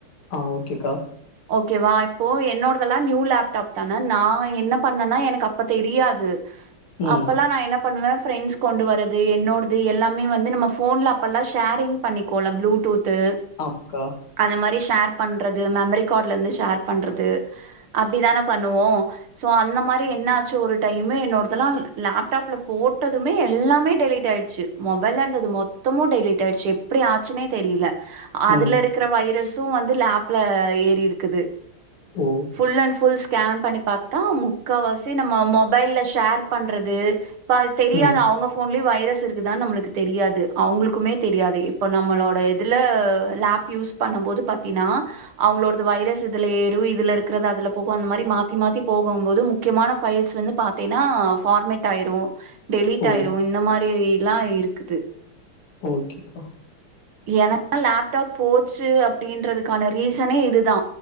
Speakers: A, on the left; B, on the right.
A: ஆ ஓகேக்கா
B: ஓகேவா இப்போ என்னோடதெல்லா நியூ லேப்டாப்தானே நா என்ன பண்ணனா எனக்கு அப்ப தெரியாது
A: ம்
B: அப்பல்லா நா என்ன ப பண்ணுவ ஃப்ரெண்ட்ஸ் கொண்டு வரது என்னோடது எல்லாமே வந்து நம்ம ஃபோன்ல அப்பல்லா ஷேரிங் பண்ணிக்கோல ப்ளூடூத்து
A: ஆப்க்கா
B: அந்த மாரி ஷேர் பண்றது மெமரி காட்லந்து ஷேர் பண்றது அப்டிதான பண்ணுவோ சோ அந்த மாரி என்னாச்சு ஒரு டைமு என்னோடதெல்லா லேப்டாப்ல போட்டதுமே எல்லாமே டெலீட் ஆயிடுச்சு மொபைல்ல இருந்தது மொத்தமு டெலீட் ஆயிடுச்சு எப்புடி ஆச்சுன்னே தெரில அதுல
A: ம்
B: இருக்குற வைரஸ்சு வந்து லேப்ல ஏறி இருக்குது
A: ஓ
B: ஃபுல்லன் ஃபுல் ஸ்கேன் பண்ணி பாத்தா முக்காவாசி நம்ம மொபைல்ல ஷேர் பண்றது ப்பா அது தெரியாது
A: ம்
B: அவுங்க ஃபோன்லியு வைரஸ் இருக்குதா நம்மளுக்கு தெரியாது அவுங்குளுக்குமே தெரியாது இப்போ நம்மளோட இதுல லேப் யூஸ் பண்ணம்போது பாத்தீன்னா அவுங்களோட இது வைரஸ் இதுல ஏறு இதுல இருக்கறது அதுல போகு அந்த மாரி மாத்தி மாத்தி போகும்போது முக்கியமான ஃபைல்ஸ் வந்து பாத்தீன்னா பார்மேட் ஆயிரூ டெலீட்
A: ஓ
B: ஆயிரு இந்த மாரிஇல்லா இருக்குது
A: ஓக்கேக்கா
B: எனக்லா லேப்டப் போச்சு அப்படின்றதுக்கான ரீசனே இது தா